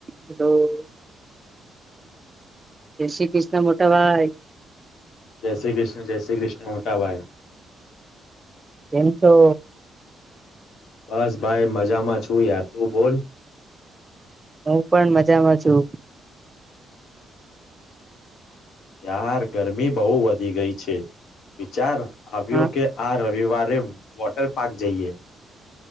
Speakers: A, on the right; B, on the left.
A: Hello <unintelligible> જય શ્રી કૃષ્ણ મોટા ભાઈ.
B: જય શ્રી કૃષ્ણ જય શ્રી કૃષ્ણ મોટા ભાઈ.
A: કેમ છો?
B: બસ ભાઈ મજામાં છું યાર તું બોલ.
A: હું પણ મજામાં છું.
B: યાર ગરમી બહુ વધી ગઈ છે. વિચાર આવ્યો
A: હા
B: કે આ રવિવારે વોટર પાર્ક જઈએ.